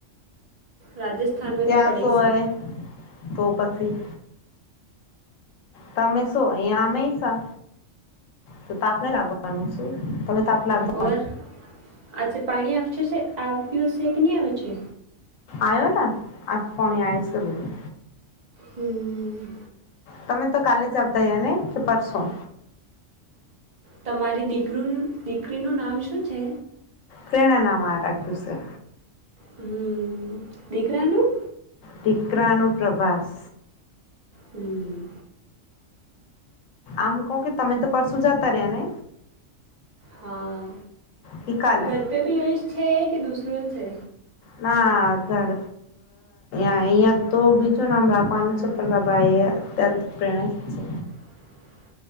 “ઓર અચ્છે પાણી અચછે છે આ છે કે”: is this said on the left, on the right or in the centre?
Right